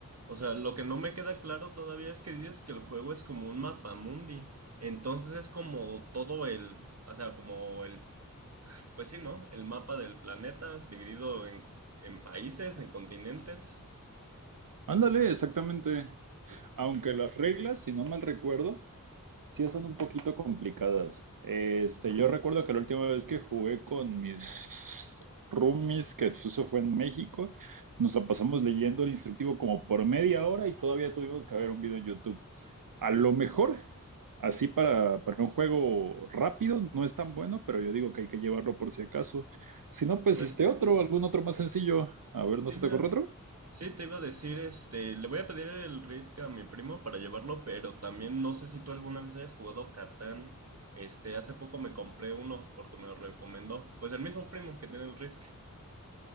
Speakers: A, on the right; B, on the right.
A: O sea, lo que no me queda claro todavía es que dices que el juego es como un mapamundi. Entonces es como todo el, o sea, como el, pues sí, ¿no? El mapa del planeta dividido en, en países, en continentes.
B: Ándale, exactamente. Aunque las reglas, si no mal recuerdo, Sí, están un poquito complicadas. Este, yo recuerdo que la última vez que jugué con mis roomies, que eso fue en México, nos la pasamos leyendo el instructivo como por media hora y todavía tuvimos que ver un video en YouTube. A
A: Jesús.
B: lo mejor, así para, para un juego rápido, no es tan bueno, pero yo digo que hay que llevarlo por si acaso. Si no, pues
A: Pues
B: este
A: sí.
B: otro, algún otro más sencillo. A ver,
A: Sí,
B: ¿no se
A: mira.
B: te ocurre otro?
A: Sí, te iba a decir, este, le voy a pedir el Risk a mi primo para llevarlo, pero también no sé si tú alguna vez hayas jugado Catán. Este, hace poco me compré uno porque me lo recomendó. Pues el mismo primo que tiene el Risk.